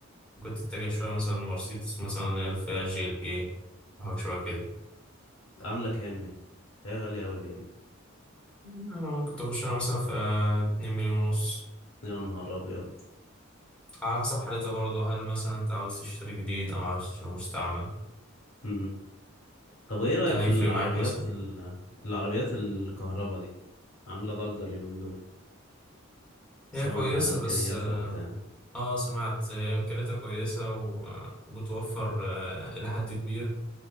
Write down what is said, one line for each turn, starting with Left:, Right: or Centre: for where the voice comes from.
Centre: ممكن تتجه شويه مثلا مرسيدس مثلا اللي هي الفئه جي ال اي حاجه شويه كده
Left: عاملة كام دي هي غالية أوي دي يا ابني.
Centre: يعني ممكن تخش لها مثلا في آه، 2 مليون ونص
Left: يا نهار أبيض
Centre: على حسب حالتها برضه هل مثلا انت عاوز تشتري جديد او عاوز تشتري مستعمل
Left: مم. طب ايه رأيك
Centre: ده هيفرق
Left: في العربيات
Centre: معاك مثلا
Left: ال... العربيات الكهرباء دي عاملة ضجة اليومين دول سمعت
Centre: هي كويسه
Left: عن إمكانياتها
Centre: بس آه،
Left: وبتاع
Centre: اه سمعت آه، امكانياتها كويسه و- آه، وبتوفر آه، الى حد كبير